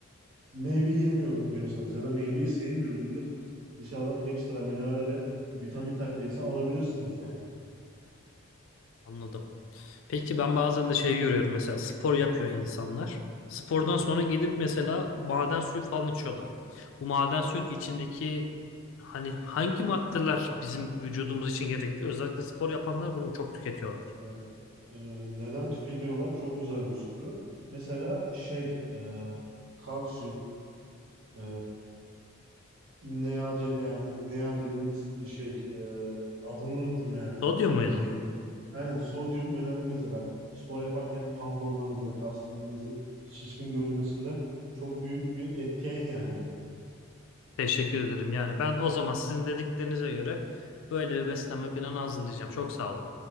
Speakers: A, on the right; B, on the left.
A: meyve yemiyorum diyorsanız ya da meyveyi sevmiyorum diyorsanız dışarıdan ekstra mineral ve vitamin takviyesi alabilirsiniz yani.
B: Anladım. Peki ben bazen de şey görüyorum mesela spor yapıyor insanlar. Spordan sonra gidip mesela maden suyu falan içiyorlar. Bu maden suyun içindeki hani hangi maddeler bizim vücudumuz için gerekli? Özellikle spor yapanlar bunu çok tüketiyorlar.
A: Ee, e, neden tüketiyorlar? Çok güzel bir soru. Mesela şey, e, kalsiyum, e, NeaCele yani Nea dediğimiz şey e, adını unuttum ya
B: Sodyum muydu?
A: şeyin. Aynen sodyum önemli mesela. Spor yaparken pump olmanızda kaslarınızın şişkin görünmesinde çok büyük bir etken yani.
B: Teşekkür ederim. Yani ben o zaman sizin dediklerinize göre böyle bir beslenme planı hazırlayacağım. Çok sağ olun.